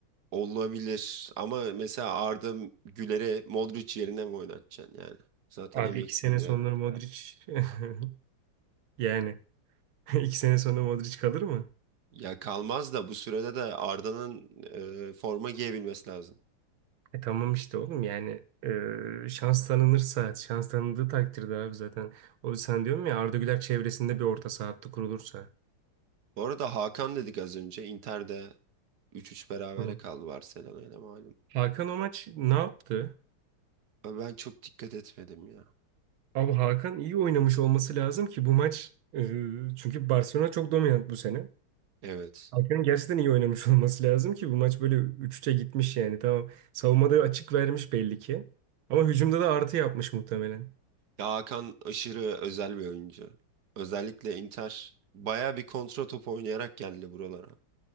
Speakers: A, on the right (about 55°); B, on the right (about 70°).
A: olabilir. Ama mesela Arda Güler'e Modric yerine mi oynatacaksın yani? Zaten
B: Abi
A: emekli
B: iki sene
A: oluyor
B: sonra
A: herhalde.
B: Modric <laughs> yani <laughs> iki sene sonra Modric kalır mı?
A: Ya kalmaz da bu sürede de Arda'nın e, forma giyebilmesi lazım.
B: E tamam işte oğlum yani e, şans tanınırsa şans tanındığı takdirde abi zaten. O sen diyorum ya Arda Güler çevresinde bir orta saha hattı kurulursa.
A: Bu arada Hakan dedik az önce. Inter'de 3-3 berabere
B: Hı.
A: kaldı Barcelona ile malum.
B: Hakan o maç ne yaptı?
A: Ama Ben çok dikkat etmedim ya.
B: Abi Hakan iyi oynamış olması lazım ki bu maç e, çünkü Barcelona çok dominant bu sene.
A: Evet.
B: Hakan'ın gerçekten iyi oynamış <laughs> olması lazım ki bu maç böyle 3-3'e gitmiş yani. Tamam savunmada açık vermiş belli ki. Ama hücumda da artı yapmış muhtemelen.
A: Ya Hakan aşırı özel bir oyuncu. Özellikle Inter baya bir kontra top oynayarak geldi buralara.